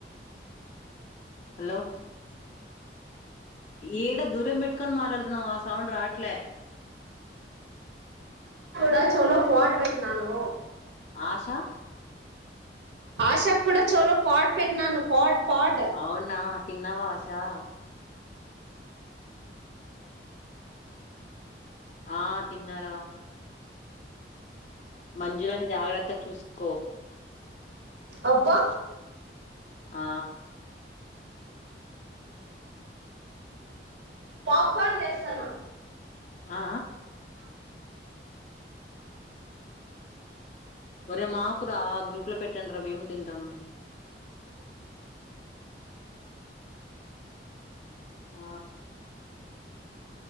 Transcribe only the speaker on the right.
నా చెవులో పాడ్ పెట్టినాను
ఆషా కూడా చెవులో పాడ్ పెట్టినాను పాడ్ పాడ్
అబ్బా
పాప్కార్న్ చేస్తాన్నా